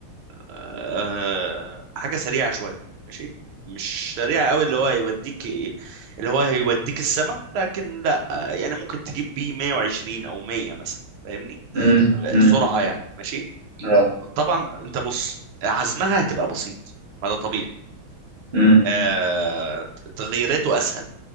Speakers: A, on the right; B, on the right.
A: آه، حاجه سريعه شويه ماشي مش سريعه قوي اللي هو هيوديك اللي هو هيوديك السما لكن لا آه، يعني ممكن تجيب بيه 120 او 100 مثلا فاهمني
B: مم. مم.
A: آه، سرعه يعني ماشي
B: اه
A: طبعا انت بص عزمها هتبقى بسيط ما ده طبيعي
B: مم.
A: آه، تغييراته اسهل